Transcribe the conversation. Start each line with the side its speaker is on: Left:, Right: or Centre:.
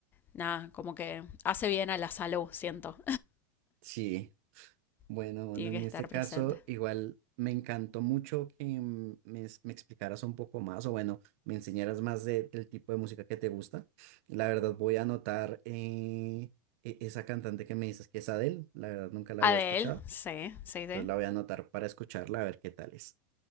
Left: nada, como que hace bien a la salud, siento.
Right: Sí, Bueno,
Left: <laughs>
Right: bueno,
Left: Tiene
Right: en
Left: que estar
Right: este caso
Left: presente.
Right: igual me encantó mucho que mm, me, es- me explicaras un poco más o bueno, me enseñaras más de- del tipo de música que te gusta. La verdad voy a anotar eh, e- esa cantante que me dices que es Adele, la verdad nunca la
Left: Adel,
Right: había escuchado,
Left: sí, sí,
Right: entonces
Left: sí.
Right: la voy a anotar para escucharla a ver qué tal es.